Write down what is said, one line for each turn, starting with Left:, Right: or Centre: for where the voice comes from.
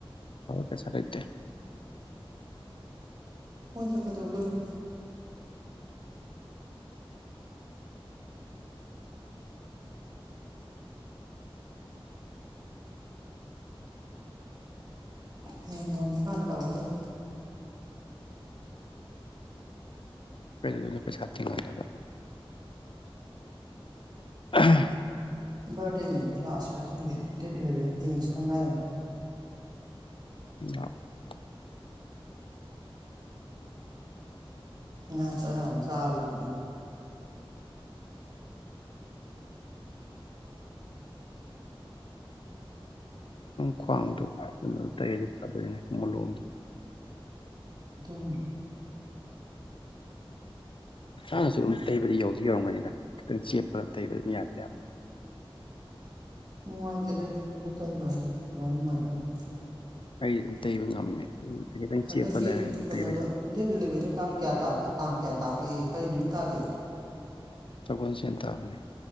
Left: ꯄꯩꯁꯥ ꯂꯩꯇꯦ
Right: ꯍꯣꯏꯗ ꯀꯩꯗꯧꯗꯨꯔꯤꯒꯦ ꯍꯌꯦꯡ ꯉꯝꯃꯥ ꯀꯥꯟꯗ ꯇꯧꯔ ꯂꯣꯏꯔꯦ
Left: ꯀꯩꯗꯧꯗꯣꯏꯅꯣ ꯄꯩꯁꯥ ꯇꯤꯡꯍꯟꯂꯒ <unintelligible>
Right: ꯕꯥꯔꯗꯦ ꯅꯨꯃꯤꯠꯇ ꯂꯥꯛꯑꯁꯤꯔꯥ ꯈꯪꯗꯦ ꯗꯦꯠ ꯏꯂꯚꯦꯟ ꯍꯌꯦꯡ ꯍꯪꯆꯤꯠꯇ ꯉꯥꯏꯔꯅꯤ
Left: <unintelligible>
Right: ꯉꯥ ꯆꯔꯥ ꯑꯃꯥ ꯆꯔ ꯂꯣꯏꯔꯗꯨꯕꯨ
Left: ꯈ꯭ꯋꯥꯡꯗꯣ ꯀꯩꯅꯣ ꯇꯩꯗꯤ ꯐꯗꯣꯏꯅꯦ ꯃꯣꯂꯣꯝꯗꯣ
Right: ꯑꯗꯨꯅꯤ
Left: ꯆꯥꯅꯁꯨ ꯑꯗꯨꯝ ꯇꯩꯕꯗꯤ ꯌꯧꯗꯤ ꯌꯧꯔꯝꯒꯅꯤꯗ ꯈꯤꯇꯪ ꯆꯦꯞꯄꯗ ꯇꯩꯕꯗꯨꯝ ꯌꯥꯗꯤ ꯌꯥꯔ
Right: ꯅꯨꯡꯉꯥꯏꯇꯦꯗ ꯇꯕ ꯍꯥꯏ ꯀꯃꯥꯏ ꯅꯨꯡꯉꯥꯏꯇꯣꯏꯅꯣ
Left: ꯑꯩ ꯑꯗꯨꯝ ꯇꯩꯕ ꯉꯝꯃꯦ ꯑꯗꯨꯝ ꯈꯤꯇꯪ
Right: ꯍꯟꯗꯛꯀꯤ
Left: ꯆꯦꯞꯄ ꯂꯩꯔꯒ ꯑꯗꯨꯝ
Right: ꯀꯩꯅꯣꯗꯣ
Left: ꯇꯩꯕ ꯌꯥꯕ
Right: ꯗꯦꯠ ꯏꯂꯚꯦꯟꯗꯣ ꯇꯥꯡ ꯀꯌꯥ ꯇꯒꯦ ꯇꯥꯡ ꯀꯌꯥ ꯇꯥꯒꯦ ꯒꯤ ꯀꯔꯤ ꯅꯨꯃꯤꯠ ꯇꯥꯒꯦ
Left: ꯁꯒꯣꯜꯁꯦꯟ ꯇꯥꯕꯅꯦ